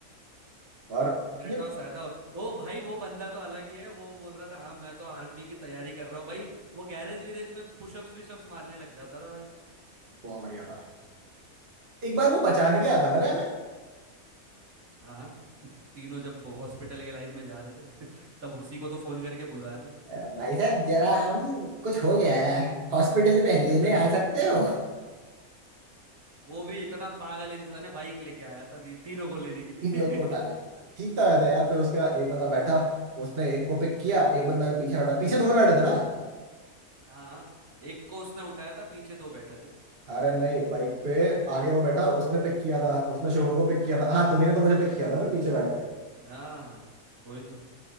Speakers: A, on the right; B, on the right.
A: और
B: क्रेटोस
A: ये
B: आया था ओ भाई वो बंदा तो अलग ही है वो बोल रहा था हाँ मैं तो आर्मी की तैयारी कर रहा हूँ भाई वो गैरेज वीरेज में पुशअप्स विशअप्स मारने लग जाता था भाई
A: बहुत बढ़िया था एक बार वो बचाने भी आया था ना रे हमें
B: हाँ हाँ <laughs> तीनों जब हॉस्पिटल के लाइन में जा रहे थे <laughs> तब उसी को तो फोन करके बुलाया था
A: अ, भाई साहब जरा हम कुछ हो गया है हॉस्पिटल पे
B: <laughs>
A: लेने आ सकते हो
B: वो भी इतना पागल इंसान है बाइक लेके आया था ती- तीनों को लेने के
A: इन
B: लिए
A: लोग को उठाने
B: <laughs>
A: ठीक था वैसे यार फिर उसके बाद एक बंदा बैठा उसने एक को पिक किया एक बंदा पीछे बैठा पीछे तुम्हें बैठे थे ना
B: हाँ एक को उसने उठाया था पीछे दो बैठे थे
A: अरे नहीं बाइक पे आगे वो बैठा उसने पिक किया था उसने शोरूम को पिक किया था हाँ तुम्ही ने तो मुझे पिक किया था फिर पीछे बैठ के
B: हाँ वही तो